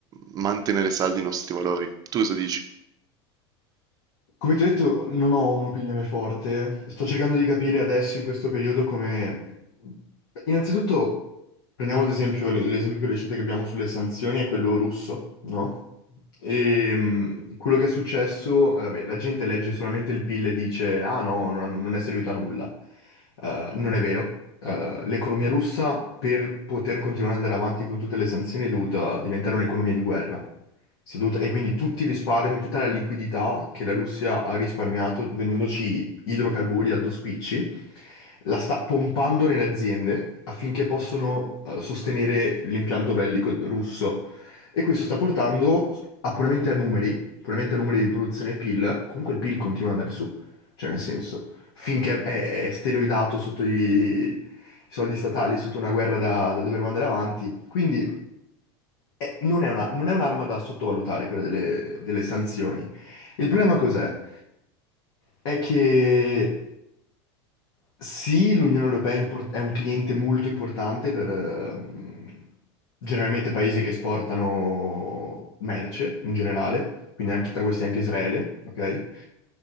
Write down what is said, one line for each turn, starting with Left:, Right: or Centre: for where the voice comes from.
Right: mantenere saldi i nostri valori. Tu cosa dici?
Left: Come ti ho detto, non ho un'opinione forte. Sto cercando di capire adesso, in questo periodo, come... Innanzitutto, prendiamo ad esempio l- l'esempio più recente che abbiamo sulle sanzioni, è quello russo, no? E mh, quello che è successo, eh, vabbè, la gente legge solamente il PIL e dice, ah no, non, hanno- non è servito a nulla. Eh, non è vero. Eh, l'economia russa, per poter continuare ad andare avanti con tutte le sanzioni, è dovuta diventare un'economia di guerra. Si è dovuta- E quindi tutti i risparmi, tutta la liquidità che la Russia ha risparmiato vendendoci idrocarburi a due spicci, la sta pompando nelle aziende affinché possano eh, sostenere l'impianto bellico russo. E questo sta portando a puramente a numeri, puramente a numeri di produzione PIL, comunque il PIL continua ad andare su, cioè nel senso, finché è, è steroidato sotto i, i soldi statali, sotto una guerra da, da dover mandare avanti. Quindi eh, non è una- non è un'arma da sottovalutare quella delle, delle sanzioni. Il problema cos'è? È che sì, l'Unione Europea è, import- è un cliente molto importante per ehm, generalmente paesi che esportano merce in generale, quindi anche tra questi anche Israele, ok?